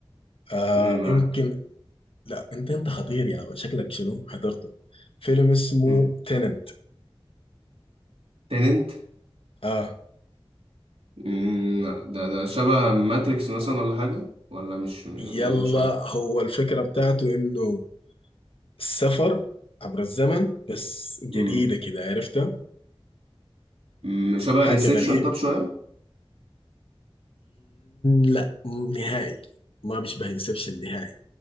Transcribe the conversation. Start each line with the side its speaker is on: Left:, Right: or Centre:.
Left: آه
Right: أمم، معاك
Left: يمكن لا أنت أنت خطير يا مان شكلك شنو حضرته فيلم اسمه
Right: امم
Left: تيننت
Right: تننت
Left: آه
Right: امم لا، ده ده شبه ماتريكس مثلا ولا حاجه ولا مش م-
Left: يلا
Right: ملوش علاقه
Left: هو الفكرة بتاعته إنه السفر عبر الزمن بس جديدة
Right: امم
Left: كده عرفتها
Right: أمم، شبه
Left: حاجة
Right: انسبشن
Left: غريبة
Right: طب شويه
Left: لا نهائي ما بيشبه انسبشن نهائي